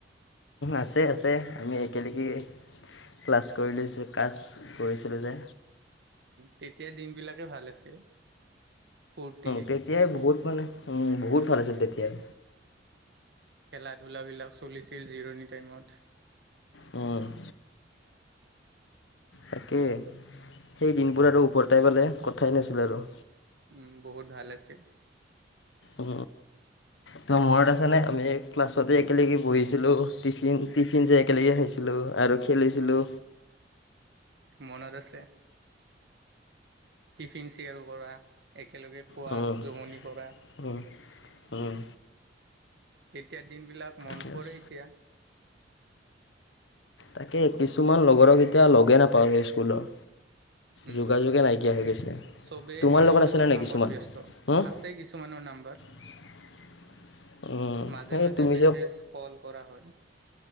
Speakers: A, on the left; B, on the right.
A: আছে আছে আমি একেলগে ক্লাছ কৰি ক্লাছ কৰিছিলোঁ যে।
B: তেতিয়া দিনবিলাকে ভাল আছিল। ফূৰ্তি
A: তেতিয়াই বহুত মানে বহুত ভাল আছিল তেতিয়াই।
B: খেলা ধূলাবিলাক চলিছিল জিৰণি টাইমত।
A: অ'। তাকে সেই দিনবোৰ আৰু উওভৰটাই পালে কথাই নাছিল আৰু।
B: উম বহুত ভাল আছিল।
A: উ ত মূৰত আছে
B: বহু
A: নে আমি ক্াছ তে একেলগে বহিছিলোঁ টিফিন টিফিন যে একেলগে খাইছিলোঁ। আৰু খেলিছিলোঁ।
B: অঁ মনত আছে। টিফিন শ্বেয়াৰ কৰা একেলগে খোৱা
A: উম,
B: জমনি কৰা।
A: উম, উম।
B: তেতিয়া দিনবলাক মনত
A: ঠিক আছে।
B: পৰে এতিয়া।
A: তাকে কিছুমান লগৰক এতিয়া লগে নাপাওঁ সেই স্কুলৰ
B: উম
A: যোগাযোগে নাইকিয়া হৈ গৈছে
B: চবেই
A: তোমাৰ
B: নিজৰ
A: লগত
B: নিজৰ
A: আছেনে নাই
B: কামত
A: কিছুমান?
B: ব্যস্ত
A: হম,
B: আছে কিছুমানৰ নাম্বাৰ
A: <unintelligible> উম,
B: মাজে
A: সেই
B: মাজে
A: তুমি
B: মেছেজ কল কৰা হয়